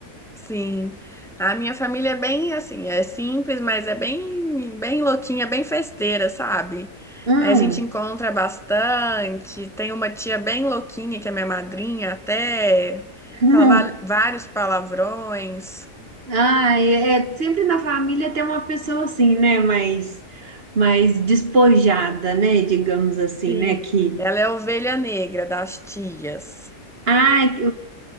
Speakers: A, in the centre; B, on the right.
A: Sim, a minha família é bem assim, é simples, mas é bem, bem louquinha, bem festeira, sabe?
B: Hum,
A: A gente encontra bastante. Tem uma tia bem louquinha, que é minha madrinha, até
B: hum.
A: fala va- vários palavrões.
B: Ai, é, é, sempre na família tem uma pessoa assim, né, mais, mais despojada, né, digamos assim,
A: Sim.
B: né, que,
A: Ela é a ovelha negra das tias,
B: ai,